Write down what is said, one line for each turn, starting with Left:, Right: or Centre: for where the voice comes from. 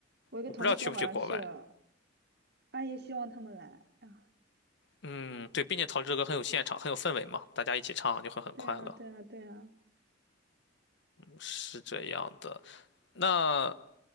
Right: 我一个同学好像去了，
Left: 我不知道去不去国外。
Right: 阿也希望他们来啊！
Left: 嗯，对，并且陶喆的歌很有现场，很有氛围嘛，大家一起唱就会很快乐，
Right: 对啊，对啊，对啊，
Left: 是这样的。那